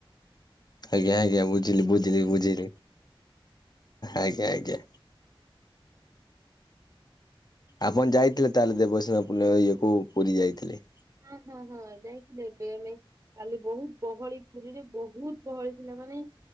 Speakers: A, on the left; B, on the right.
A: ଆଜ୍ଞା ଆଜ୍ଞା ବୁଝିଲି ବୁଝିଲି ବୁଝିଲି ଆଜ୍ଞା ଆଜ୍ଞା। ଆପଣ ଯାଇଥିଲେ ତାହେଲେ ଦେବସ୍ଥାନ ପୂର୍ଣମୀ କୁ ପୁରୀ ଯାଇଥିଲେ
B: ହଁ ହଁ ହଁ ଯାଇଥିଲେ ଏବେ ଆମେ କାଲି ବହୁତ ଗହଳି ପୁରୀରେ ବହୁତ ଗହଳି ପିଲାମାନେ